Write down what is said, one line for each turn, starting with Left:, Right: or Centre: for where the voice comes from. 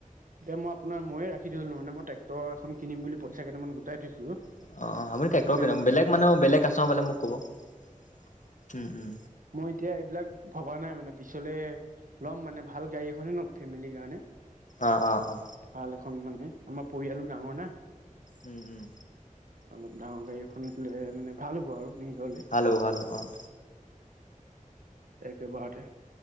Right: এতিয়াই আপোনাৰ মইয়ে ৰাখি থ'লোহৈ মানে মই ট্ৰেক্টৰ এখন কিনিম বুলি পইচা কেইটামান গোটাই থৈছো।
Left: অ', আপুনি
Right: ত
Left: ট্ৰেক্টৰ
Right: মানে
Left: কিনক বেলেগ মানে বেলেগ আছে বোলে মোক ক'ব উম উম।
Right: মই এতিয়া এইবিলাক ভবা নাই মানে পিছলে ল'ম মানে ভাল গাড়ী এখনে লম। ফেমিলি কাৰণে।
Left: অ', অ', অ'।
Right: ভাল এখন মানে আমাৰ পৰিয়ালো ডাঙৰ না।
Left: উম, উম।
Right: অলপ ডাঙৰ গাড়ীখন ল'লে মানে ভাল হ'ব আৰু নিজৰলৈ।
Left: হেল্ল' হেল্ল' অ'।
Right: একেবাৰতে।